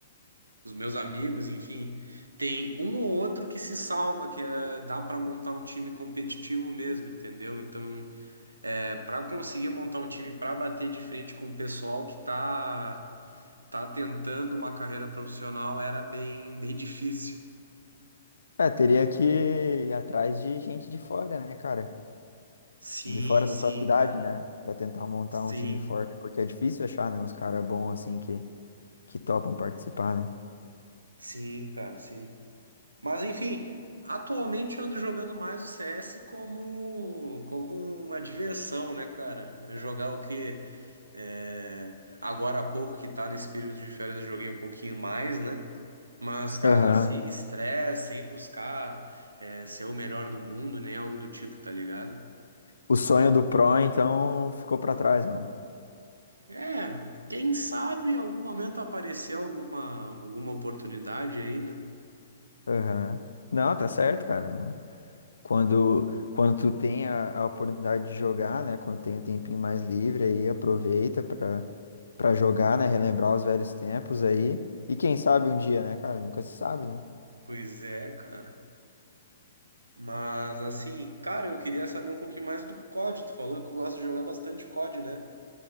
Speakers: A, on the right; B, on the left.
A: os meus amigos, enfim, tem um ou outro que se salva, que é, dá para montar um time competitivo mesmo, entendeu? Então, é, para conseguir montar um time para bater de frente com o pessoal que tá tá tentando uma carreira profissional era bem bem difícil.
B: É, teria que ir atrás de gente de fora, né, cara?
A: Sim,
B: De fora
A: sim,
B: da tua cidade,
A: cara.
B: né? Pra tentar montar
A: Sim,
B: um time forte, porque é difícil achar, né? Uns caras bons assim que, que topam participar, né?
A: sim, cara, sim. Mas enfim, atualmente eu ando jogando mais o CS como como uma diversão, né, cara? É Jogar o quê? É, Agora há pouco que tá nesse período de férias, eu joguei um pouquinho mais, né? Mas, cara,
B: Aham.
A: sem estresse, sem buscar é, ser o melhor do mundo, nem algo do tipo, tá ligado?
B: O sonho do Pro, então, ficou pra trás, mano.
A: É, quem sabe em algum momento aparecer alguma, alguma oportunidade aí, né?
B: Aham. Não, tá certo, cara. Quando, quando tu tem a, a oportunidade de jogar, né? Quando tem um tempinho mais livre aí, aproveita pra, pra jogar, né? Relembrar os velhos tempos aí. E quem sabe um dia, né, cara? Nunca se sabe, né?
A: Pois é, cara. Mas assim, cara, eu queria saber um pouquinho mais do COD. Tu falou que gosta de jogar bastante COD, né?